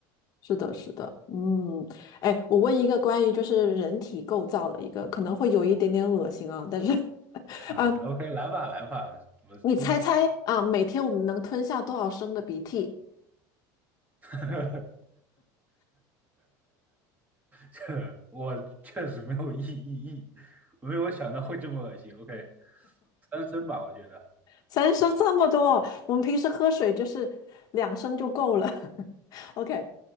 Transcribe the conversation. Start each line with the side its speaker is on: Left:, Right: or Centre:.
Left: 是的，是的，嗯，哎，我问一个关于就是人体构造的一个，可能会有一点点恶心啊，但是 <laughs>
Right: <laughs> OK
Left: 啊，
Right: OK，来吧来吧，我听听。
Left: 你猜猜啊，每天我们能吞下多少升的鼻涕？
Right: <laughs> 这我确实没有意意意，没有想到会这么恶心。OK，三声吧，我觉得。
Left: 三升这么多，我们平时喝水就是两升就够了。<laughs> OK，